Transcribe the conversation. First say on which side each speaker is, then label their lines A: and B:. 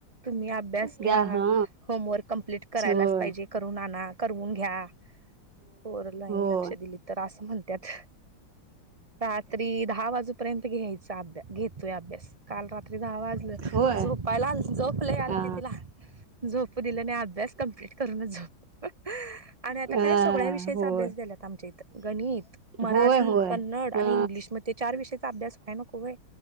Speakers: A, on the right; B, on the right.
A: तुम्ही अभ्यास घ्या.
B: द्या हा
A: होमवर्क कमप्लीट करायलाच
B: होय होय
A: पाहिजे करून आणा करून घ्या. होरला
B: होय
A: अ लक्ष दिली तर असं म्हणत रात्री दहा वाजू र्यंत घ्यायचा अभ्या घेतोय अभ्यास काल रात्री दहा वाजे
B: होय
A: झोपायला झोपलं आलती
B: हा
A: तिला. झोप दिलं नाही अभ्यास कमप्लीट करूनच झोप आणि आता
B: अ
A: काय सगळ्या विषयाचा
B: होय
A: अभ्यास झालात आम इत गणित मराठी
B: होय होय
A: कन्नड आणि
B: हा
A: इंग्लिशमध्ये ते चार विषयाचा अभ्यास व्हाय नको व